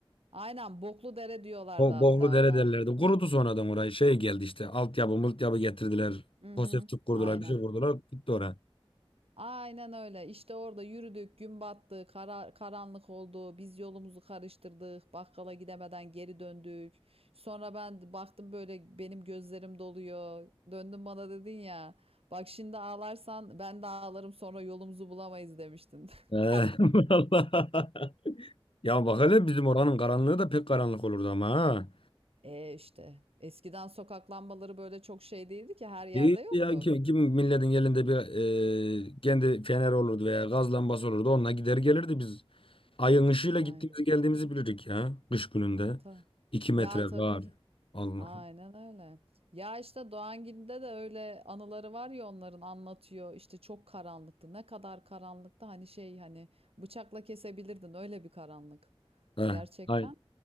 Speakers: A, on the right; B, on the left.
A: Aynen. Boklu dere diyorlardı
B: Bo
A: hatta
B: Boğlu dere
A: ona.
B: derlerdi. Kurudu sonradan orayı. Şey geldi işte. Altyapı multyapı getirdiler.
A: Hı
B: Konseptlik
A: hı.
B: kurdular.
A: Aynen.
B: Bir şey kurdular. Gitti oraya.
A: Aynen öyle. İşte orada yürüdük, gün battı, kara- karanlık oldu. Biz yolumuzu karıştırdık. Bakkala gidemeden geri döndük. Sonra ben baktım böyle benim gözlerim doluyor. Döndün bana dedin ya. Bak şimdi ağlarsan ben de ağlarım sonra yolumuzu bulamayız demiştin. <laughs>
B: Ee, <laughs> vallahi. Ya bak hele bizim oranın karanlığı da pek karanlık olurdu ama ha.
A: E işte eskiden sokak lambaları böyle çok şey değildi ki her yerde
B: İyi
A: yoktu.
B: ya kim, kim milletin elinde bir e, kendi fener olurdu veya gaz lambası olurdu. Onunla gider gelirdi biz. Ayın ışığıyla
A: Aynen.
B: gittiğimizi geldiğimizi bilirdik ya. Kış gününde.
A: Ta-
B: iki metre
A: ya tabii.
B: var. Allah.
A: Aynen öyle. Ya işte Doğangil'de de öyle anıları var ya onların anlatıyor. İşte çok karanlıktı. Ne kadar karanlıktı hani şey hani bıçakla kesebilirdin öyle bir karanlık.
B: Heh,
A: Gerçekten.
B: hay-